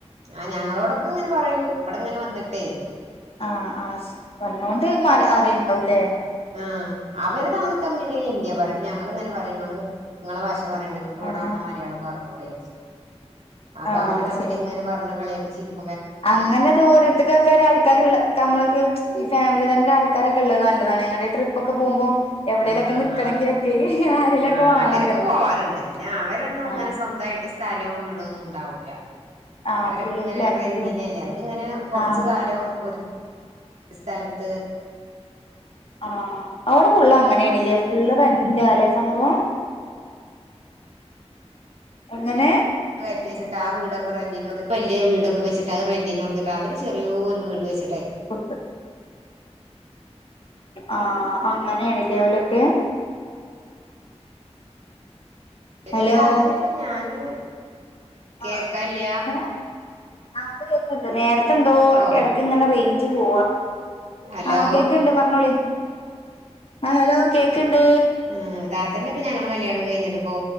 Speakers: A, on the right; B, on the left.
A: ആഹ് ഞങ്ങളോടൊക്കെ ഇങ്ങനെ പറയും ഇവിടെ ഇങ്ങനെ വന്നിട്ടേ
B: ആഹ ആ വന്നൊണ്ട് അറിയണ്ടാവുംല്ലേ
A: ആ അവര് തമ്മിൽ തമ്മില് ഹിന്ദ്യ പറയണം ഞങ്ങ ഇങ്ങനെ പറയും നിങ്ങള് നിങ്ങളെ ഭാഷ പറയേണ്ട് നിങ്ങക്ക് ഇവിടെവന്ന
B: ആഹ്
A: മലയാളം പറഞ്ഞുടെ അപ്പൊ
B: ആഹ്
A: അവര് തമ്മിൽ
B: ശരി
A: ഇങ്ങനെ പറഞ്ഞു കളിയാക്കി ചിരിക്കും
B: അങ്ങനെ ദൂരത്തക്കൊക്കെ ഒ ഒരു ആൾക്കാരുള്ള നമ്മളെ ഈ ഫാമിലി തന്നെ ഒരു ആൾക്കാരൊക്കെ ഉള്ളത് നല്ലതാണ് ഞങ്ങളുടെ ട്രിപ്പ് ഒക്കെ പോകുമ്പോ എവിടേലൊക്കെ
A: ആഹ
B: നിക്കണെങ്കിലൊക്കെ
A: ആഹ
B: ആരേലൊക്കെ
A: ആഹ
B: വാണല്ലോ
A: അങ്ങനെയൊക്കെ പോവാറുണ്ട് പിന്നെ അവരൊന്നും ഇങ്ങനെ
B: ആഹ്
A: സ്വന്തമായിട്ട് സ്ഥലവും വീടോന്നും ഉണ്ടാവൂല്ല
B: ആഹ്
A: അവരൊക്കെ
B: ഫുള്ള്
A: ഇങ്ങനെ
B: ഫ്ലാറ്റിലും
A: റെന്റിനല്ലേ അവരിങ്ങനെ കൊറച്ച
B: ആഹ്
A: കാലം ഒരു സ്ഥലത്ത്
B: ആഹ അവിടെ ഫുള്ള് അങ്ങനെയാണല്ലേ ഫുൾ രന്റാലേ സംഭവം എങ്ങനെ
A: വറ്റ വെച്ചിട്ട് ആ വീടൊക്കെ റന്റിന് വല്യ വീടക്കെ വെച്ചട്ട് റെന്റിന്ടുട്ട് അവര് എത്രയോ ഒരു വീട് വെച്ചിട്ടായി
B: കൊടുത്ത ആ അങ്ങനെയാണ് ഓലൊക്കെ
A: വരുപ്പ
B: ഹലോ
A: താത്തന്നെ ഇപ്പ ഞാന് കേക്കല്ല
B: ആ എങ്ങനെ ആ അപ്പ കേക്കണ്ട് നേരത്തെ എന്തോ
A: ഓ
B: ഇടയ്ക്ക് ഇന്നല്ല റേഞ്ച് പോവാ
A: ഹലോ
B: ആഹ കേക്കണ്ട് പറഞ്ഞോളി ആ ഹലോ കേക്കണ്ട്
A: ഉ താത്തന്നെ ഇപ്പൊ ഞങ്ങള് കല്യാണം കഴിഞ്ഞിട്ട ഇപ്പോ